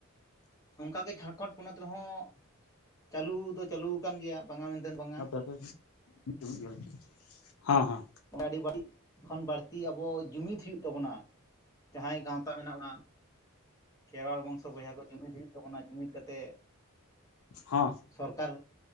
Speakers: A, on the left (about 15°); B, on the left (about 75°).
A: ᱝᱠᱟᱜ ᱜᱮ ᱡᱷᱟᱲᱠᱷᱚᱸᱰ ᱯᱚᱱᱚᱛ ᱨᱮᱦᱚᱸ ᱪᱟᱹᱞᱩ ᱫᱚ ᱪᱟᱹᱞᱩᱠᱟᱱ ᱜᱮᱭᱟ, ᱵᱟᱝᱟ ᱢᱮᱱᱛᱮᱫ ᱵᱟᱝᱟ
B: ᱟ <unintelligible> ᱜᱮᱭᱟ ᱟᱨᱠᱤ ᱦᱮᱸ ᱦᱮ
A: ᱟᱹᱰᱤ ᱵᱟᱹᱲᱤᱡ ᱠᱷᱚᱱ ᱵᱟᱹᱲᱛᱤ ᱟᱵᱚ ᱡᱩᱢᱤᱫ ᱦᱩᱭᱩᱜ ᱛᱟᱵᱚᱱᱟ ᱡᱟᱦᱟᱸᱭ ᱜᱟᱶᱛᱟ ᱢᱮᱱᱟᱜᱼᱟ᱾ ᱠᱷᱮᱨᱣᱟᱲ ᱵᱚᱝᱥᱚ ᱵᱚᱭᱦᱟ ᱠᱚ ᱡᱩᱢᱤᱫ ᱦᱩᱭᱩᱜ ᱛᱟᱵᱚᱱᱟ ᱡᱩᱢᱤᱫ ᱠᱟᱛᱮᱜ
B: ᱦᱟ
A: ᱥᱚᱨᱠᱟᱨ